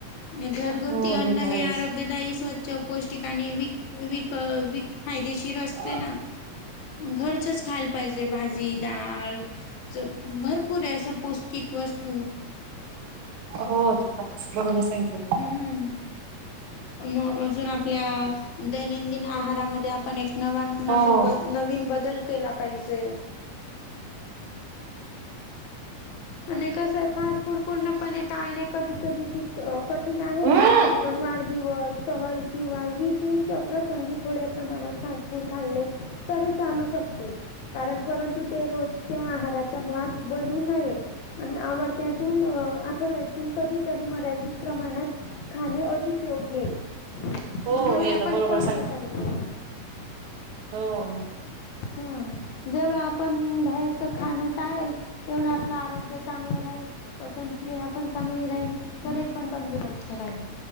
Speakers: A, on the left; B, on the right.
A: ह <inaudible> आणि घरगुरती
B: हो
A: अन्न
B: तर आहेच.
A: हे आरोग्यदायी, स्वच्छ, पौष्टिकाने विक विक व फायदेशीर असते
B: हो.
A: ना घरचच खायला पाहिजे भाज जी, डाळ भरपूर आहे अशा पौष्टिक वस्तू
B: हो ते तर आहेच बरोबर सांगितलं तुम्ही.
A: हम्म मग अजून आपल्या दैनंदिन आहारामध्ये आपण एक नवा नवी
B: हो.
A: नवीन बदल केला पाहिजे. आणि कसं आहे फस्फूड पूर्णपणे टाळले कधी, कधी कठीण आहे
B: हम्म.
A: पण वाढदिवस, सहल किंवा विशेष प्रसंगी थोड्या प्रमाणात फास्ट फूड खाल्ले तरी चालू शकते. कारण परंतु ते रोजच्या आहाराचा भाग बनू नये. आणि आवडत्यातून आठवड्यात कधीतरी मर्यादित प्रमाणात खाणे अधिक योग्य आहे.
B: हो
A: म्हणून हे आपण
B: तर बरोबर
A: टळलं पाहिजे.
B: हो हो.
A: हा जेवढं आपण बाहेरच खाणं टाळेल तेवढं आपलं आरोग्य चांगलं राहील पचनक्रिया पण चांगली, राहील शरीर पण तंदुरस्त राहील.